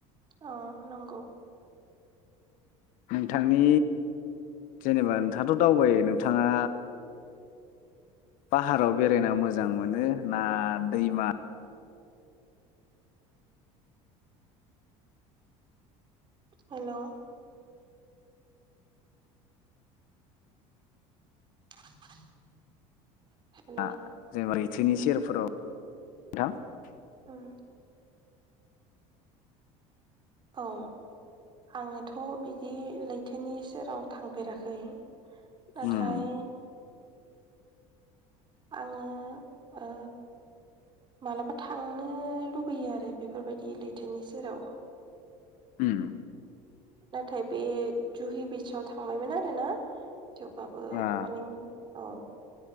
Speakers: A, on the right; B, on the left.
A: औ नंगौ।
B: नोंथांनि जेनेबा नोंथाङाथ' दावबायो नोंथाङा पाहाराव बेरायना मोजां मोनो ना दैमा?
A: हेलौ। <unintelligible> हेल'
B: <unintelligible> जोंनि सेहेरफोराव <unintelligible>
A: <unintelligible> औ आङोथ' बिदि लैथोनि सेराव थांफेराखै। नाथाय।
B: उम
A: आङो ओ मालाबा थांनो लुगैयो आरो बेफोरबायदि लैथोनि सेराव।
B: होम।
A: नाथाय बे जुहि बिच आव थांबायमोन आरो ना। थेवबाबो
B: आ
A: माने औ।